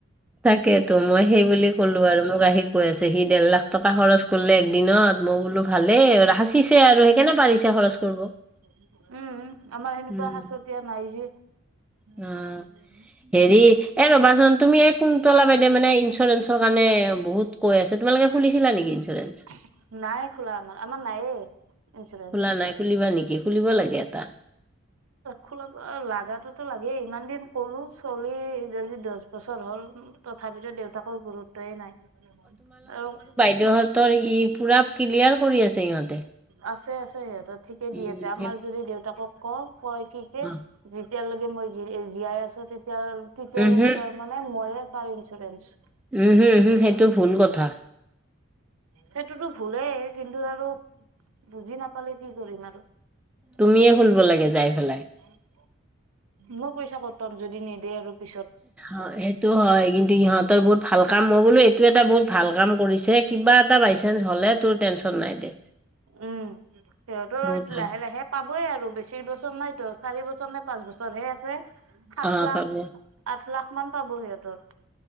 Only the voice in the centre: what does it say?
তাকেইতো মই সেই বুলি ক'লো আৰু মোক আহি কৈ আছে, সি দেৰ লাখ টকা খৰচ গ'লে একদিনত, মই বোলো ভালেই সাঁচিছে আৰু সেইকাৰনে পাৰিছে খৰচ কৰিব।
উম।
অ', হেৰি এ ৰ'বাচোন তুমি এই কুন্তলা
বাইদেউ মানে ইঞ্চুৰেঞ্চৰ কাৰণে বহুত কৈ আছে তোমালোকে খুলিছিলা নেকি ইঞ্চুৰেঞ্চ?
খোলা নাই খুলিবা নেকি, খুলিব লাগে এটা।
ইহঁতৰ সি পোৰা ক্লিয়াৰ কৰি আছে ইহঁতে।
উম,
সেই
অ',
উমহু,
উম হম হম, সেইটো ভুল কথা।
তুমিয়ে খুলিব লাগে যাই পেলাই।
অ', এইটো হয়, কিন্তু ইহঁতৰ বহুত ভাল কাম, মই বোলো এইটো এটা বহুত ভাল কাম কৰিছে, কিবা এটা বাইচান্স হ'লে তোৰ টেনশ্যন নাই দে।
বহুত ভাল
অ
পাব